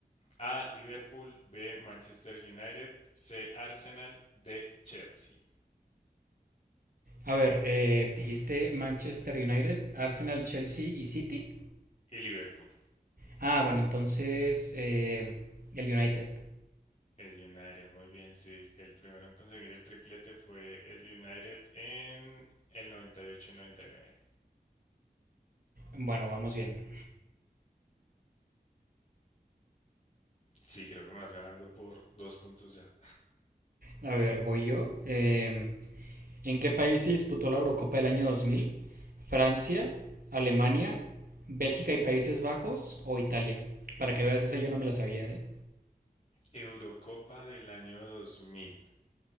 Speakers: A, on the left; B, on the right.
A: A. Liverpool. B. Manchester United. C. Arsenal. D. Chelsea.
B: A ver, eh, dijiste Manchester United, Arsenal, Chelsea y City.
A: Y Liverpool.
B: Ah, bueno, entonces eh, el United.
A: El United, muy bien, sí. El primero en conseguir el triplete fue el United en el 98 y 99.
B: Bueno, vamos bien.
A: Sí, creo que me vas ganando por dos puntos ya.
B: A ver, voy yo. Eh, ¿en qué país se disputó la Eurocopa del año 2000? ¿Francia, Alemania, Bélgica y Países Bajos o Italia? Para que veas, esa yo no me la sabía, ¿eh?
A: Eurocopa del año 2000.